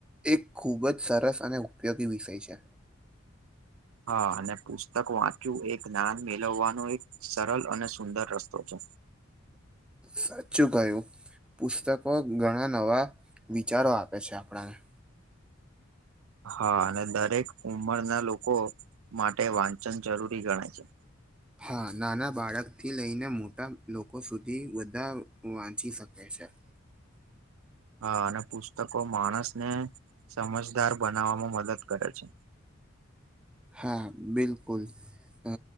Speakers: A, in the centre; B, on the right (about 85°).
A: એક ખૂબ જ સરસ અને ઉપયોગી વિષય છે.
B: હા અને પુસ્તક વાંચ્યું એક ગ્યાન મેલવવાનું એક સરળ અને સુંદર રસ્તો છે.
A: સાચું કયું પુસ્તકો ઘણા નવા વિચારો આપે છે. આપણાના
B: હા અને દરેક ઉંમરના લોકો માટે વાંચન જરૂરી ગણાય છે.
A: હા નાના બાળકથી લઈને મોટા લોકો સુધી બધા વાંચી શકે છે.
B: હા અને પુસ્તકો માણસને સમજદાર બનાવવામાં મદદ કરે છે.
A: હા બિલકુલ અ